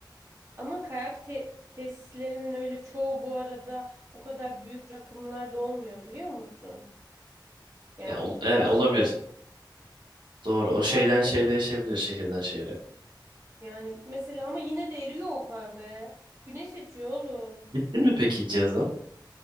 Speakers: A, on the right; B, on the right.
A: Ama kayak te- tesislerinin öyle çoğu bu arada o kadar büyük rakımlarda olmuyor biliyor musun? Ya
B: Ya ol-
A: bu-
B: evet
A: bazıları
B: olabilir.
A: ol-
B: Doğru. O şeyden
A: bazı
B: şeye değişebilir şehirden şehre.
A: yani mesela ama yine de eriyor o kar be. Güneş açıyor oğlum.
B: Gittin mi peki hiç yazın?